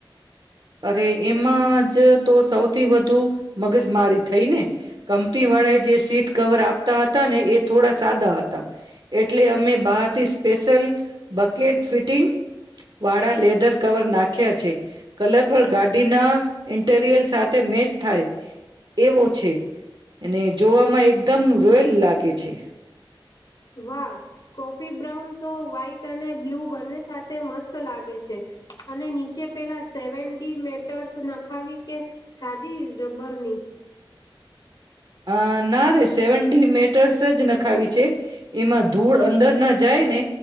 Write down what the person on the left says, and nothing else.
વાહ કોફી બ્રાઉન તો વ્હાઈટ અને બ્લુ બંને સાથે મસ્ત લાગે છે અને નીચે પેલા સેવનડી મેટર્સ નાખાવી કે સાદી રબરની.